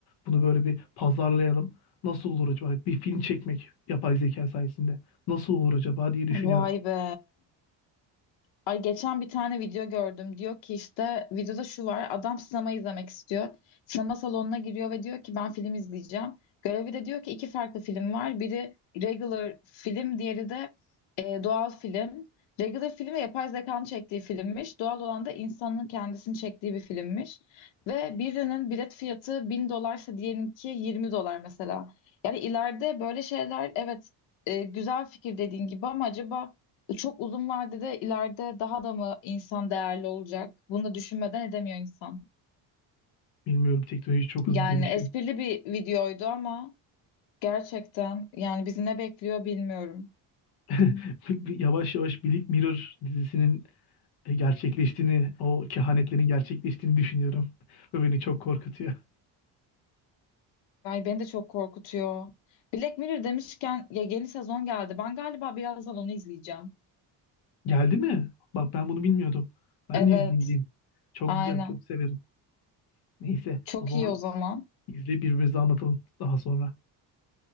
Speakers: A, on the left; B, on the left.
A: Bunu böyle bir pazarlayalım. Nasıl olur acaba? Bir film çekmek yapay zeka sayesinde. Nasıl olur acaba diye düşünüyorum.
B: Vay be. Ay geçen bir tane video gördüm. Diyor ki işte videoda şu var. Adam sinema izlemek istiyor. Sinema salonuna giriyor ve diyor ki ben film izleyeceğim. Görevi de diyor ki iki farklı film var. Biri regular film, diğeri de e, doğal film. Regular film de yapay zekanın çektiği filmmiş. Doğal olan da insanın kendisini çektiği bir filmmiş. Ve birinin bilet fiyatı 1000 dolarsa diyelinki 20 dolar mesela. Yani ileride böyle şeyler evet e, güzel fikir dediğin gibi ama acaba çok uzun vadede ileride daha da mı insan değerli olacak? Bunu da düşünmeden edemiyor insan.
A: Bilmiyorum teknoloji çok hızlı
B: Yani
A: gelişiyor.
B: esprili bir videoydu ama gerçekten yani bizi ne bekliyor bilmiyorum.
A: <laughs> Yavaş yavaş Black Mirror dizisinin e, gerçekleştiğini, o kehanetlerin gerçekleştiğini düşünüyorum. <laughs> Ve beni çok korkutuyor.
B: Ay beni de çok korkutuyor. Black Mirror demişken ya yeni sezon geldi. Ben galiba birazdan onu izleyeceğim.
A: Geldi mi? Bak ben bunu bilmiyordum. Ben
B: Evet,
A: de izleyeyim gideyim. Çok
B: aynen.
A: güzel, çok severim. Neyse
B: Çok
A: o zaman
B: iyi o zaman.
A: izleyip birbirimize anlatalım daha sonra.